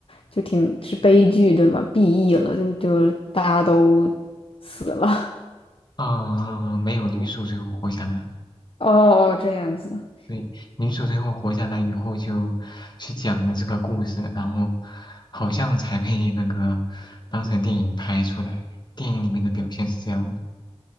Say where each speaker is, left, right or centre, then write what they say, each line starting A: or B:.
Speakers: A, on the left; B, on the left.
A: 就挺是悲剧，对吗？B E 了，就就大家都死了。
B: 啊、没有，女主最后活下来了
A: <laughs> 哦哦，这样子。
B: 对，女主最后活下来以后，就去讲了这个故事，然后好像才被那个当成电影拍出来。电影里面的表现是这样的。